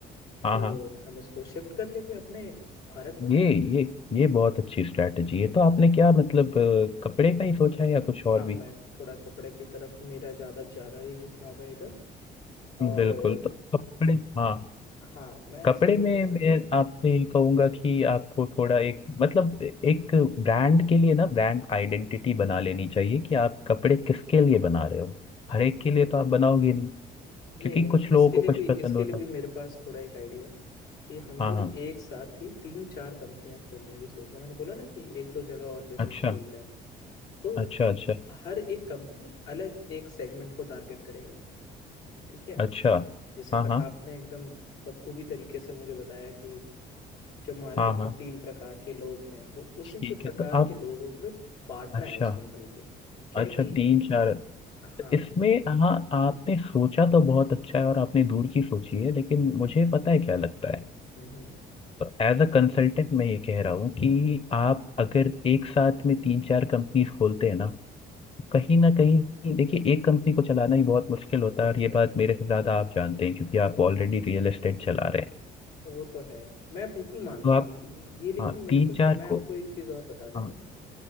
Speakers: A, on the left; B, on the left.
A: हाँ
B: तो
A: हाँ
B: हम उसको शिफ्ट कर लेंगे अपने भारत में
A: ये ये ये बहुत अच्छी स्ट्रैटेजी है तो आपने क्या मतलब अ, कपड़े का ही सोचा है या कुछ और
B: हाँ
A: भी
B: मैं थोड़ा कपड़े की तरफ मेरा ज़्यादा ज़्यादा ही झुकाव है इधर और
A: बिल्कुल
B: अ,
A: तो कपड़े हाँ
B: हाँ मैं
A: कपड़े
B: ऐसा सोच
A: में
B: रहा था
A: मैं
B: कि
A: आपसे ये कहूंगा कि आपको थोड़ा एक मतलब एक ब्रांड के लिए ना ब्रांड आइडेंटिटी बना लेनी चाहिए कि आप कपड़े किसके लिए बना रहे हो हर एक के लिए तो आप बनाओगे क्योंकि
B: नहीं नहीं
A: कुछ
B: इसके
A: लोगों को
B: लिए
A: कुछ
B: भी
A: पसंद
B: इसके
A: होता
B: लिए भी मेरे पास थोड़ा एक आइडिया है कि हम
A: हाँ
B: लोग
A: हाँ
B: एक साथ ही तीन चार कंपनियां खोलने की सोच रहे हैं मैंने बोला ना कि एक दो जगह और बिजनेस
A: अच्छा
B: खोलते हैं तो
A: अच्छा अच्छा
B: हर एक कंपनी अलग एक सेगमेंट को टारगेट करेगा ठीक है
A: अच्छा
B: जैसे
A: हाँ
B: ब-
A: हाँ
B: आपने एकदम बखूबी तरीके से मुझे बताया कि जो मार्केट
A: हाँ
B: में
A: हाँ
B: तीन प्रकार के लोग हैं तो उसी
A: ठीक
B: के प्रकार
A: है तो आप
B: के लोगों को भी बांटना
A: अच्छा
B: है उस कंपनी को क्या
A: अच्छा
B: है कि
A: तीन चार तो
B: हाँ
A: इसमें हाँ आपने सोचा तो बहुत अच्छा है और आपने दूर की सोची है लेकिन मुझे पता है क्या लगता है
B: हम्म हम्म,
A: एज अ कंसल्टेंट मैं ये कह रहा हूँ कि आप अगर एक साथ में तीन चार कंपनीज खोलते हैं ना कहीं ना कहीं देखिए एक कंपनी को चलाना ही बहुत मुश्किल होता है और ये बात मेरे से ज्यादा आप जानते हैं क्योंकि आप ऑलरेडी रियल एस्टेट चला रहे हैं
B: वो तो है मैं बिल्कुल मानता
A: तो आप
B: हूँ ये, ये लेकिन
A: हाँ
B: मेरे
A: तीन
B: को
A: चार
B: मैं आपको
A: को
B: एक चीज़ और बता देता
A: हाँ
B: हूँ ना